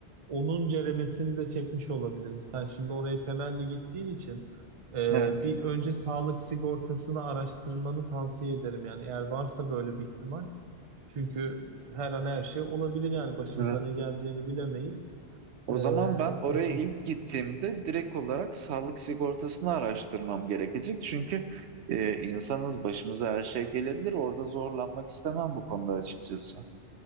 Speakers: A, on the right; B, on the right.
A: Onun ceremesini de çekmiş olabilirim. Sen şimdi oraya temelli gittiğin için e,
B: Evet,
A: bir önce sağlık sigortasını araştırmanı tavsiye ederim. Yani eğer varsa böyle bir ihtimal. Çünkü her an her şey olabilir yani başımıza
B: evet.
A: ne geleceğini bilemeyiz.
B: O
A: Ee,
B: zaman ben oraya
A: eko.
B: ilk gittiğimde direkt olarak sağlık sigortasını araştırmam gerekecek. Çünkü e, insanız başımıza her şey gelebilir. Orada zorlanmak istemem bu konuda açıkçası.